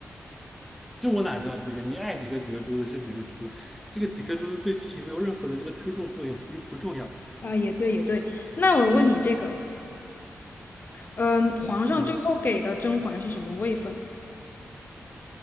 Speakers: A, in the centre; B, on the left.
A: 这我哪知道几个？你爱几个几个珠子是几个珠子，这个几颗珠子对剧情没有任何的这个推动作用，不不重要。
B: 啊，也对，也对。那我问你这个，嗯、皇上最后给的甄嬛是什么位分？
A: 嗯，